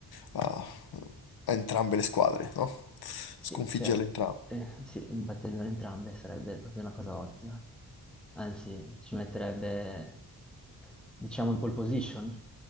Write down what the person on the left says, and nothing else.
a, a entrambe le squadre, no?
Sconfiggerle
entrambe.